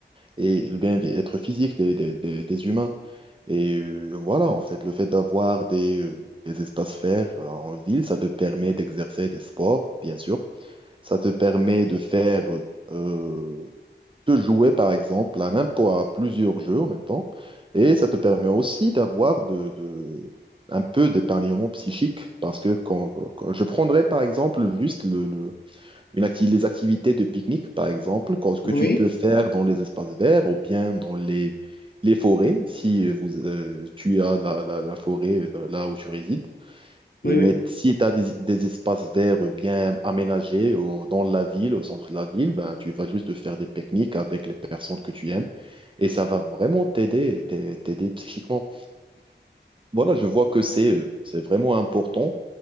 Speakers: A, on the right (about 25°); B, on the left (about 55°).
A: et le bien-être physique des, des, des, des humains. Et euh, voilà, en fait, le fait d'avoir des, euh, des espaces verts euh, en ville, ça te permet d'exercer des sports, bien sûr. Ça te permet de faire, euh, de jouer, par exemple, à n'importe à plusieurs jeux en même temps. Et ça te permet aussi d'avoir de, de, un peu d'épargnement psychique, parce que quand, quand- je prendrais, par exemple, juste le, le une acti- les activités de pique-nique, par exemple, quand- que
B: oui,
A: tu peux faire dans les espaces verts ou bien dans les, les forêts, si vous, euh, tu as la, la, la forêt euh, là où tu résides. Et,
B: oui,
A: mais
B: oui.
A: si tu as des, des espaces verts bien aménagés au- dans la ville, au centre de la ville, ben, tu vas juste faire des pique-niques avec les personnes que tu aimes et ça va vraiment t'aider, t'a- t'aider psychiquement. Voilà, je vois que c'est, euh, c'est vraiment important